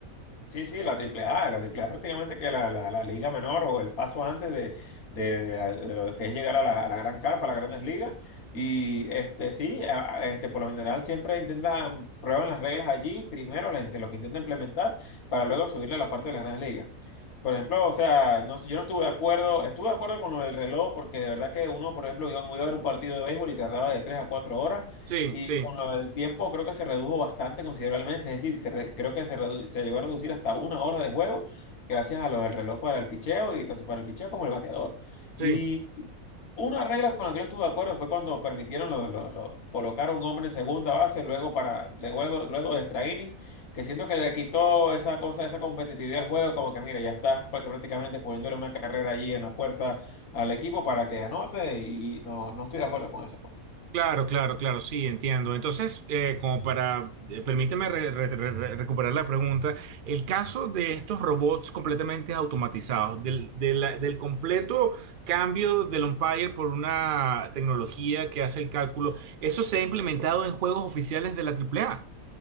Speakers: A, on the left (about 85°); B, on the right (about 60°).
A: Sí, sí, la triple A, la triple A prácticamente que la, la, la liga menor o el paso antes de, de, de- de lo que es llegar a la, a la gran carpa, a las grandes ligas. Y este sí, a- a- este, por lo general siempre intentan, prueban las reglas allí, primero las, de lo que intentan implementar, para luego subirle a la parte de las grandes ligas. Por ejemplo, o sea, no- yo no estuve de acuerdo, estuve de acuerdo con lo del reloj, porque de verdad que uno, por ejemplo, iba, iba a ver un partido de béisbol y tardaba de 3 a 4 horas
B: Sí,
A: Y
B: sí,
A: con lo del tiempo creo que se redujo bastante considerablemente, es decir, se re- creo que se, redu- se llegó a reducir hasta una hora de juego gracias a lo del reloj para el picheo y tanto para el picheo como el bateador.
B: sí.
A: Y una regla con la que no estuve de acuerdo fue cuando permitieron lo, lo- lo- colocar a un hombre en segunda base luego para luego, luego de extra inning, que siento que le quitó esa cosa, esa competitividad al juego, como que mira, ya estás práct- prácticamente poniéndole una carrera allí en la puerta al equipo para que anote y no, no estoy de acuerdo con eso. pues.
B: Claro, claro, claro, sí, entiendo. Entonces, eh, como para, eh, permíteme re- re- re- re- recuperar la pregunta, el caso de estos robots completamente automatizados, del, de la- del completo cambio del umpire por una tecnología que hace el cálculo, ¿eso se ha implementado en juegos oficiales de la Triple A?